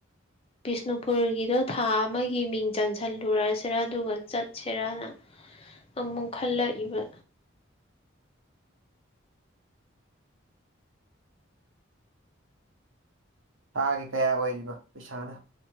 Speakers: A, on the left (about 30°); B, on the right (about 75°).
A: ꯕꯤꯁꯅꯨꯄꯨꯔꯒꯤꯗꯣ ꯊꯥ ꯑꯃꯒꯤ ꯃꯤꯡ ꯆꯟꯁꯜꯂꯨꯔꯁꯤꯔꯥ ꯑꯗꯨꯒ ꯆꯠꯁꯤꯔꯅ ꯑꯃꯨꯛ ꯈꯜꯂꯛꯏꯕ
B: ꯊꯥꯒꯤ ꯀꯌꯥ ꯑꯣꯏꯔꯤꯕ ꯄꯩꯁꯥꯅ